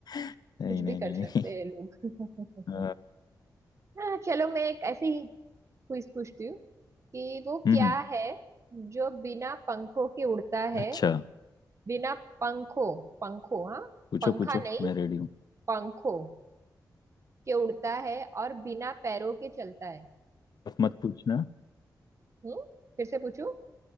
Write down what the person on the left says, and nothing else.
<laughs> नहीं
नहीं
नहीं
नहीं।
अ,
हम्म
हम्म,
अच्छा
पूछो
पूछो
मैं रेडी हूँ
टफ मत पूछना